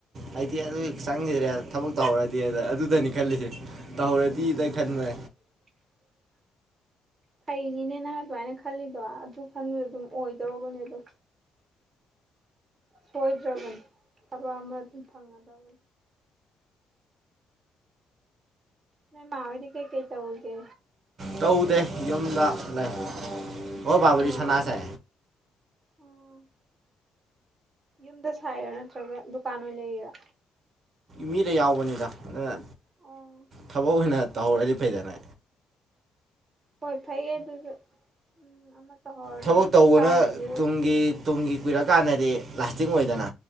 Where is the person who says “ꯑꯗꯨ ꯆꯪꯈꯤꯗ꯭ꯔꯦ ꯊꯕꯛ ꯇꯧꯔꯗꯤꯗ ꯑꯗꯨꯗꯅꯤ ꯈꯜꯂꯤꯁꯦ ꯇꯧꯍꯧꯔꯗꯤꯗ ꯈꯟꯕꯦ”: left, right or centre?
Right